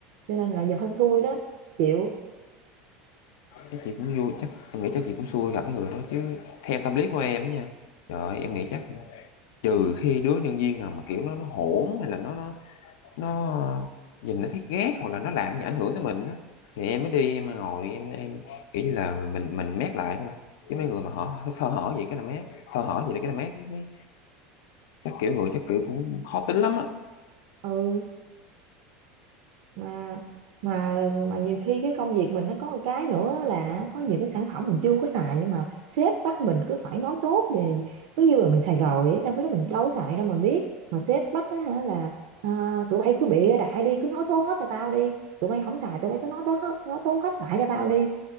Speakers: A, on the right; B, on the left.
A: cho nên là giờ hên xui đó chịu
B: chắc chị cũng vui chắc em nghĩ chắc chị cũng xui gặp cái người đó chứ theo tâm lý của em nha trời ơi, em nghĩ chắc trừ khi đứa nhân viên nào mà kiểu nó nó hỗn hay là nó nó nó nhìn nó thấy ghét hoặc là nó làm gì ảnh hưởng tới mình á, thì em mới đi em ngồi em em kiểu như là mình mình mét lại thôi chứ mấy người mà họ sơ hở gì cái là mét sơ hở gì là cái là mét cái, chắc kiểu người chắc kiểu cũng khó tính lắm á
A: ừ mà mà mà nhiều khi cái công việc mình nó có một cái nữa là có những cái sản phẩm mình chưa có xài nhưng mà sếp bắt mình cứ phải nói tốt về cứ như là mình xài rồi á, trong khi đó mình đâu có xài đâu mình biết mà sếp bắt á, hả là à, tụi bay cứ bịa đại đi cứ nói tốt hết cho tao đi tụi bay không xài tụi bay cứ nói tốt hết nói tốt hết đại cho tao đi